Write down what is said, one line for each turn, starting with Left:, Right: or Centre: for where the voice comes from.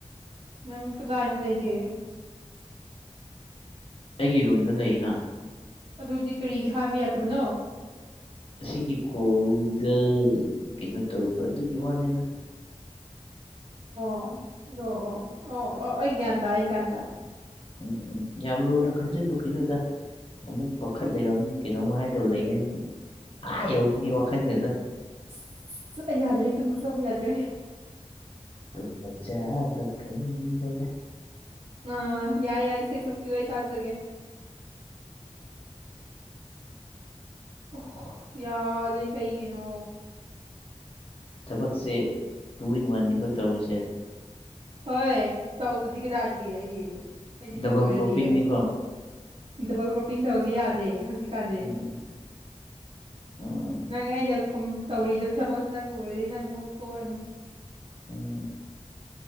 Right: ꯅꯪ ꯀꯗꯥꯏꯗ ꯂꯩꯒꯦ
Left: ꯑꯩꯒꯤꯔꯨꯝꯗ ꯂꯩꯅ
Right: ꯑꯗꯨꯗꯤ ꯀꯔꯤ ꯍꯥꯏꯕ ꯌꯥꯗꯕꯅꯣ
Left: ꯑꯁꯤꯒꯤ ꯀꯣꯜꯒ ꯀꯩꯅꯣ ꯇꯧꯕ ꯑꯗꯨꯒꯤ ꯋꯥꯅꯤꯅ
Right: ꯑꯣꯗꯣ ꯑꯣ ꯑꯣ ꯑꯣ ꯑꯩ ꯒꯌꯥꯟ ꯇꯥꯏ ꯑꯩ ꯒꯌꯥꯟ
Left: ꯎꯝ ꯎꯝ ꯌꯥꯝ ꯂꯨꯅ ꯈꯟꯖꯤꯟꯂꯨ ꯈꯤꯅꯨꯗ ꯑꯃꯨꯛ ꯄꯥꯈꯠ ꯂꯩꯔꯝꯅꯤ ꯀꯩꯅꯣꯝꯃ ꯍꯥꯏꯗꯧ ꯂꯩ ꯍꯥꯏꯗꯅ ꯑꯥ ꯌꯧꯈꯤꯅꯤ ꯋꯥꯈꯜꯒꯗ
Right: ꯑꯁ, ꯑꯩ ꯌꯥꯗ꯭ꯔꯦ ꯇꯨꯝꯕ ꯆꯥꯕ ꯌꯥꯗ꯭ꯔꯦ
Left: ꯇꯨꯝ ꯆꯥꯕ ꯈꯪꯗꯅ
Right: ꯑ ꯌꯥꯏ ꯌꯥꯏ ꯏꯁꯩ ꯁꯛꯄꯤ ꯌꯨ ꯑꯩ ꯇꯥꯖꯒꯦ ꯑꯣ ꯌꯥꯗꯦ ꯀꯩꯒꯤꯅꯣ
Left: ꯊꯕꯛꯁꯦ ꯇꯨ ꯏꯟ ꯋꯥꯟꯅꯤꯈꯣꯏ ꯇꯧꯔꯤꯁꯦ
Right: ꯍꯣꯏ ꯇꯧꯗꯨꯗꯤ ꯀꯗꯥꯒ ꯑꯩꯗꯤ ꯑꯩꯗꯤ
Left: ꯗꯕꯜ
Right: ꯂꯣꯏꯔꯅꯤꯑꯦ
Left: ꯀ꯭ꯔꯣꯞꯄꯤꯡꯅꯤꯀꯣ
Right: ꯗꯕꯜ ꯀ꯭ꯔꯣꯞꯄꯤꯡ ꯇꯧꯔꯗꯤ ꯌꯥꯗꯦ ꯍꯧꯖꯤꯛꯀꯥꯟꯗꯤ
Left: ꯎꯝ ꯎꯝ
Right: ꯅꯪ ꯑꯩꯅ ꯇꯧꯔꯤꯗꯕ ꯊꯕꯛꯁꯦ ꯅꯪ ꯎꯔꯗꯤ ꯅꯪ ꯅꯣꯛꯇꯣꯛꯔꯅꯤ
Left: ꯎꯝ